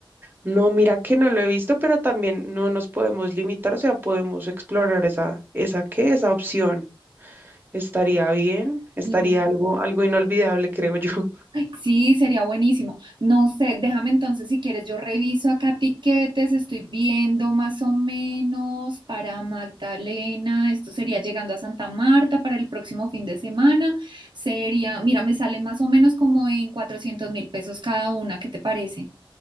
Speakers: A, on the right; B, on the right.
A: no, mira que no lo he visto, pero también no nos podemos limitar, o sea, podemos explorar esa, esa qué, esa opción. Estaría bien, estaría
B: Y-
A: algo, algo inolvidable, creo yo. <laughs>
B: ay, Sí, sería buenísimo. No sé, déjame entonces si quieres, yo reviso acá tiquetes, estoy viendo más o menos para Magdalena, esto sería llegando a Santa Marta para el próximo fin de semana, sería, mira, me sale más o menos como en 400 mil pesos cada una, ¿qué te parece?